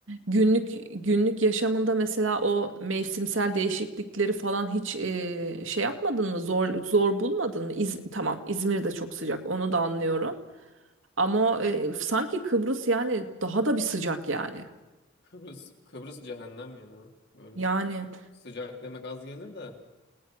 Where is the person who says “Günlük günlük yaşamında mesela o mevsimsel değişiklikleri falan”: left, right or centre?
Right